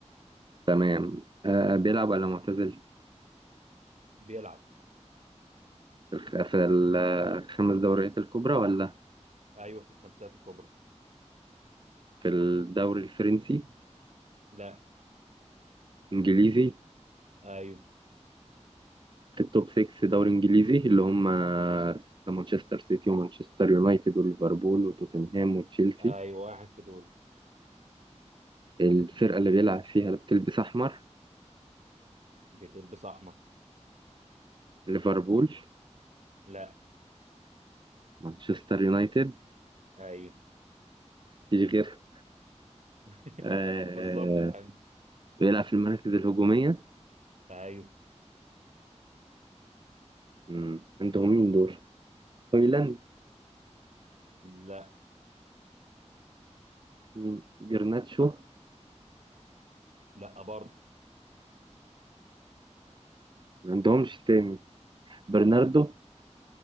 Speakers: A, on the right; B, on the right.
A: تمام آه بيلعب ولا معتزل
B: بيلعب
A: الخ- في الخمس دوريات الكبرى ولا
B: ايوه في الخمسيات الكبرى
A: في الدوري الفرنسي
B: لا
A: انجليزي
B: ايوه
A: في التوب 6 دوري انجليزي اللي هم آه، مانشستر سيتي ومانشستر يونايتد وليفربول وتوتنهام وتشيلسي
B: ايوه واحد في دول
A: الفرقة اللي بيلعب فيها اللي بتلبس احمر
B: بتلبس احمر
A: ليفربول
B: لا
A: مانشستر يونايتد
B: ايوه
A: مفيش غير
B: <laughs>
A: آه
B: بالظبط يعني
A: بيلعب في المراكز الهجومية
B: ايوه
A: مم. عندهم مين دول؟ هويلاند
B: لا
A: مين جرناتشو
B: لا برضه
A: ما عندهمش تاني برناردو